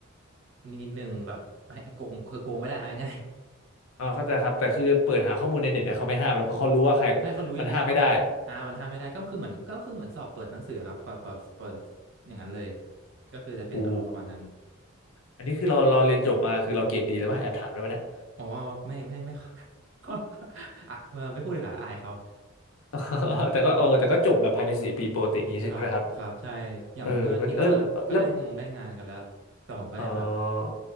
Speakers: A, on the right; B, on the left.
A: นิดนิดนึงแบบให้โกงคือโกงไม่ได้เอาง่าย
B: เออเข้าใจครับแต่คือเปิดหาข้อมูลในเน็ตเนี่ยเขาไม่ห้ามแล้วเพราะเขารู้ว่าใคร
A: ๆ <laughs> ใช่เขารู้ยังไงก็ต้องอ่ามันทำไม่ได้ก็คือเหมือนก็คือเหมือนสอบเปิดหนังสือครับพอเปิดเปิดอย่างนั้นเลย
B: มันห้ามไม่ได้
A: ก็คือจะเป็นอารมณ์ประมาณนั้น
B: หูอันนี้คือเราเราเรียนจบมาคือเราเกรดดีแล้วป่ะแอบถามได้ไหมเนี่ย
A: อ๋อไม่ไม่ไม่ <laughs> ก็อ่ะเออไม่พูดเลยค่ะอายเขา
B: <laughs> แต่ก็เออแต่ก็จบแบบภายในสี่ปีโปรติอย่างงี้ใช่ไหมครับ
A: ครับครับใช่อย่างเพื่อนนี่ก็ก็ได้งงได้งานกันแล้วแต่ผมก็ยังแบบ
B: เออก็ดีเออแล้ว เออ